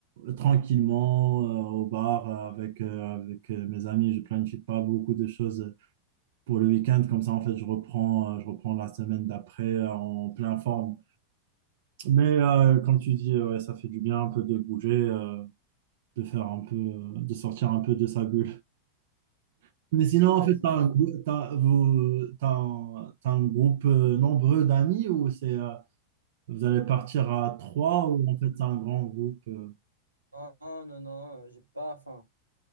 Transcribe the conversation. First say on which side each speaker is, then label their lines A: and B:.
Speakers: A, on the right; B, on the right.
A: tranquillement euh, au bar euh, avec, euh, avec euh, mes amis. Je planifie pas beaucoup de choses pour le week-end. Comme ça, en fait, je reprends, euh, je reprends la semaine d'après euh, en pleine forme. Mais euh, comme tu dis, ouais, ça fait du bien un peu de bouger, euh, de faire un peu, euh, de sortir un peu de sa bulle. <laughs> Mais sinon,
B: peu.
A: en
B: Ouais,
A: fait,
B: c'est
A: t'as
B: ça.
A: un, grou- t'as, vous, t'as un, t'as un groupe euh, nombreux d'amis ou c'est, euh, vous allez partir à trois ou en fait, c'est un grand groupe? euh,
B: Non, non, non, non, j'ai pas faim.